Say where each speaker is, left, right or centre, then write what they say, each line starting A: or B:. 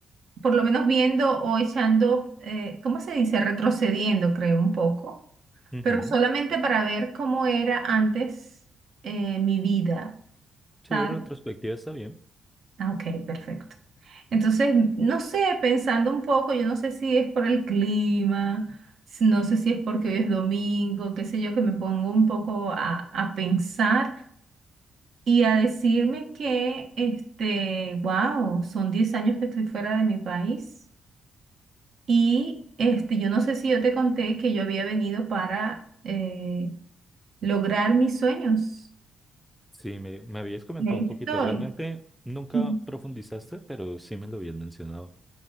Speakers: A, on the right (about 65°); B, in the centre.
A: por lo menos viendo o echando, eh, ¿cómo se dice? Retrocediendo, creo, un poco
B: <laughs> Ujú.
A: pero solamente para ver cómo era antes eh, mi vida,
B: Sí,
A: ¿sabes?
B: retrospectiva está bien.
A: Ah, ok, perfecto. Entonces, no sé, pensando un poco, yo no sé si es por el clima, si- no sé si es porque hoy es domingo, qué sé yo, que me pongo un poco a, a pensar y a decirme que, este, wow, son 10 años que estoy fuera de mi país y, este, yo no sé si yo te conté que yo había venido para eh, lograr mis sueños.
B: Sí, me, me habías comentado
A: Y ahí
B: un poquito.
A: estoy.
B: Realmente nunca
A: Ujú.
B: profundizaste, pero sí me lo habías mencionado.